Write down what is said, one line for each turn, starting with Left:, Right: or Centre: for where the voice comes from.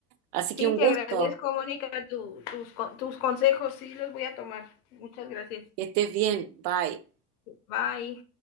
Right: Así
Left: Sí,
Right: que un
Left: te
Right: gusto,
Left: agradezco, Mónica, tu- tus, con- tus consejos, sí los voy a tomar. Muchas gracias.
Right: que estés bien, bye.
Left: Bye.